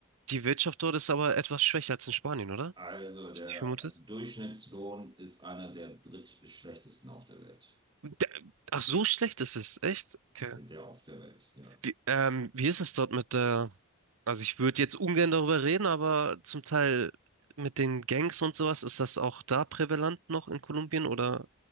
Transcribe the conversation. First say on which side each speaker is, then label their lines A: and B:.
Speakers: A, on the right; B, on the right.
A: die Wirtschaft dort ist aber etwas schwächer als in Spanien, oder?
B: Also der
A: ich vermutet.
B: Durchschnittslohn ist einer der drittschlechtesten auf der Welt.
A: Der- Ach, so schlecht ist es, echt? Okay.
B: äh, Der auf der Welt, ja.
A: Wie, ähm, wie ist es dort mit der, also ich würde jetzt ungern darüber reden, aber zum Teil mit den Gangs und sowas, ist das auch da prävalent noch in Kolumbien oder